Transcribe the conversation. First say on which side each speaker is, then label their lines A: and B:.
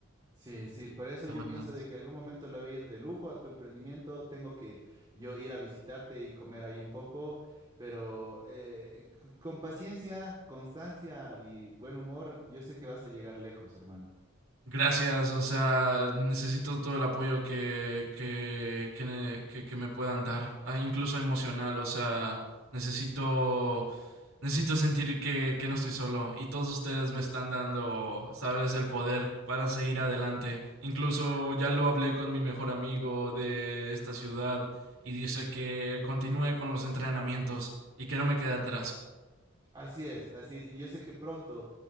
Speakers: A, on the right (about 20°); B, on the right (about 80°).
A: Sí, sí, por eso
B: Vámonos.
A: yo pienso de que algún momento le voy a ir de lujo a tu emprendimiento, tengo que yo ir a visitarte y comer ahí un poco, pero eh, c- con paciencia, constancia y buen humor, yo sé que vas a llegar lejos, hermano.
B: Gracias, o sea, necesito todo el apoyo que, que, que, ne- que- que me puedan dar, ah, incluso emocional, o sea, necesito, necesito sentir que, que no estoy solo y todos ustedes me están dando, sabes, el poder para seguir adelante. Incluso ya lo hablé con mi mejor amigo de esta ciudad y dice que continúe con los entrenamientos y que no me quede atrás.
A: Así es, así es, y yo sé que pronto